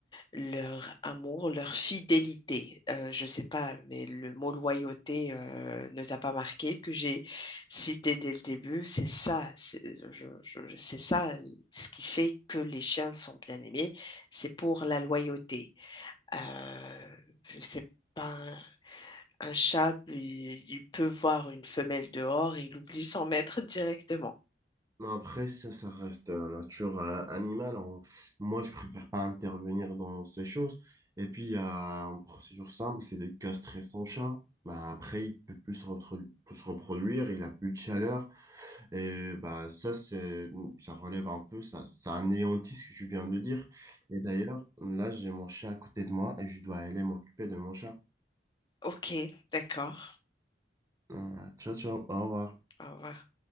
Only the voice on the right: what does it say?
Non, après, ça, ça reste la nature euh, animale. On- Moi, je préfère pas intervenir dans ces choses. Et puis, il y a une procédure simple, c'est de castrer son chat. Bah, après, il peut plus se, reprodu- se reproduire, il a plus de chaleur. Et bah, ça, c'est, ça relève un peu, ça, ça anéantit ce que tu viens de dire. Et d'ailleurs, là, j'ai mon chat à côté de moi et je dois aller m'occuper de mon chat.
Euh, ciao, ciao, au revoir.